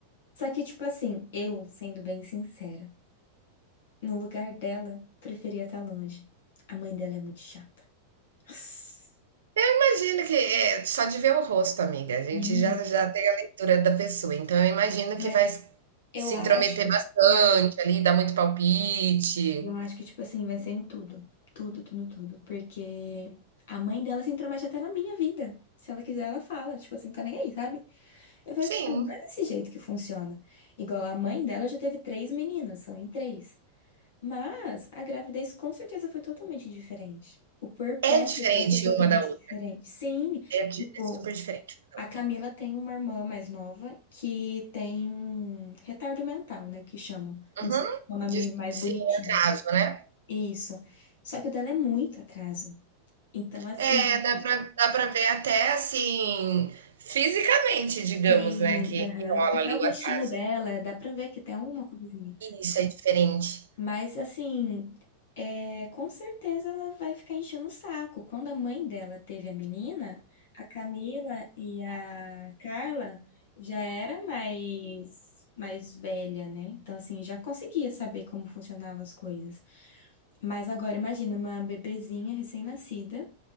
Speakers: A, on the left (about 55°); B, on the right (about 65°).
A: Só que, tipo assim, eu, sendo bem sincera, no lugar dela, preferia estar longe. A mãe dela é muito chata. <sighs>
B: Imagino que é só de ver o rosto, amiga, a gente
A: Menino,
B: já já tem a leitura da pessoa, então eu imagino
A: mas
B: que vai
A: eu
B: se
A: acho.
B: intrometer bastante ali, dar muito palpite.
A: Eu acho que, tipo assim, vai ser em tudo. Tudo, tudo, tudo. Porque a mãe dela se intromete até na minha vida. Se ela quiser, ela fala. Tipo assim, tá nem aí, sabe? Eu falei,
B: Sim,
A: cara, não é desse jeito que funciona. Igual a mãe dela já teve três meninas, são em três. Mas a gravidez com certeza foi totalmente diferente. O puerpério
B: é diferente
A: vai ser totalmente
B: uma da outra,
A: diferente. Sim,
B: é di
A: tipo,
B: é super diferente uma da
A: a
B: outra.
A: Camila tem uma irmã mais nova que tem retardo mental, né? Que chamam. Não
B: Uhum.
A: sei se é o nome
B: De
A: mais
B: sim,
A: bonitinho.
B: é atraso, né.
A: Isso. Só que o dela é muito atraso. Então, assim,
B: É, dá pra dá pra ver até, assim, fisicamente, digamos,
A: sim,
B: né, que
A: aham.
B: que rola
A: Até
B: ali
A: o
B: o
A: rostinho
B: atraso.
A: dela, dá pra ver que tem alguma coisinha.
B: Isso, é diferente.
A: Mas, assim, é, com certeza ela vai ficar enchendo o saco. Quando a mãe dela teve a menina, a Camila e a Carla já era mais, mais velha, né? Então, assim, já conseguia saber como funcionavam as coisas. Mas agora imagina uma bebezinha recém-nascida